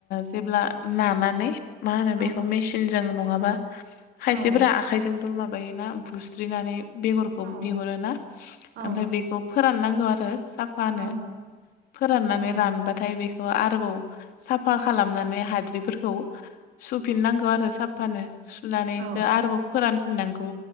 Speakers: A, on the left; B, on the right.
A: जेब्ला मा माने मा होनो बेखौ
B: औ
A: मेसिनजों नङाबा खायसेफोरा
B: औ
A: आखाइजों माबायोना बुस्रिनानै बेगरखौ
B: औ
A: बिहरो ना
B: औ
A: ओमफ्राय बेखौ फोराननां आरो साफानो
B: औ
A: फोराननानै
B: औ
A: बाथाय बेखौ आरोबाव साफा खालामनानै हाद्रिफोरखौ सुफिन नांगौ आरो साफानो सुनानैसो
B: औ
A: आरोबाव फोरान फिननांगौ